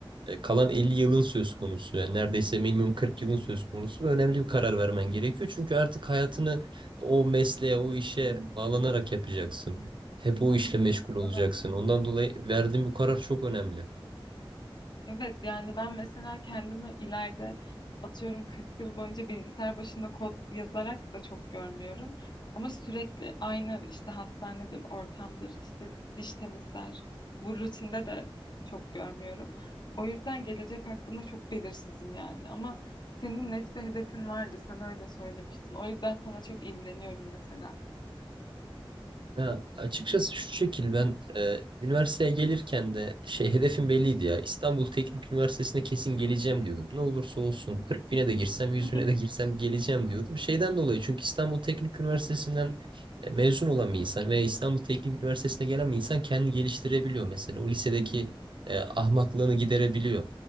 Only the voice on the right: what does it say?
e, kalan 50 yılın söz konusu. Yani neredeyse minimum 40 yılın söz konusu. ve Önemli bir karar vermen gerekiyor. Çünkü artık hayatını o mesleğe, o işe bağlanarak yapacaksın. Hep o işle meşgul olacaksın.
Ondan dolayı verdiğin bu karar çok önemli.
Ya açıkçası şu şekil ben e, üniversiteye gelirken de şey hedefim belliydi ya İstanbul Teknik Üniversitesi'ne kesin geleceğim diyordum. Ne olursa olsun 40 bine de girsem 100
bine de girsem geleceğim diyordum. Şeyden dolayı çünkü İstanbul Teknik Üniversitesi'nden e, mezun olan bir insan veya İstanbul Teknik Üniversitesi'ne gelen bir insan kendini geliştirebiliyor mesela. O lisedeki e, ahmaklığını giderebiliyor.